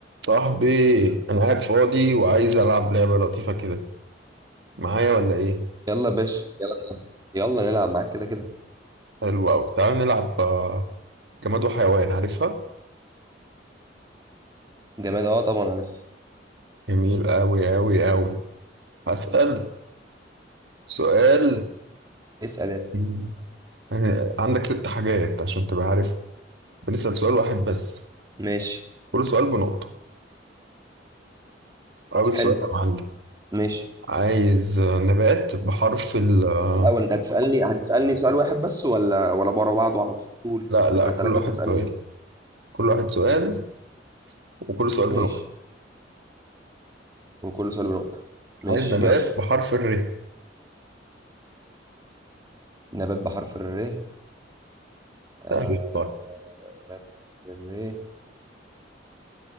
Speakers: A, on the right; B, on the right.
A: صاحبي انا قاعد فاضي وعايز العب لعبه لطيفه كده معايا ولا ايه
B: يلا يا باشا يلا نلعب يلا نلعب معاك كده كده
A: حلو قوي تعال نلعب آه، جماد وحيوان عارفها
B: جماد اه طبعا عارف
A: جميل قوي قوي قوي هسأل سؤال
B: اسأل يلا
A: مم. يعني عندك ست حاجات عشان تبقى عارف بنسأل سؤال واحد بس
B: ماشي
A: كل سؤال بنقطه اول
B: حلو
A: سؤال يا معلم
B: ماشي
A: عايز آه، نبات بحرف ال آه،
B: بس الأول أنت هتسألني هتسألني سؤال واحد بس ولا ولا بره بعضه على طول
A: لا لا
B: أنا
A: كل
B: أسألك وأنت
A: واحد
B: تسألني
A: سؤال كل واحد سؤال وكل سؤال
B: ماشي
A: بنقطه
B: وكل سؤال بنقطة ماشي
A: عايز نبات
B: يلا
A: بحرف الر
B: نبات بحرف الر
A: سهل
B: آه...
A: والله.
B: نبات بحرف الر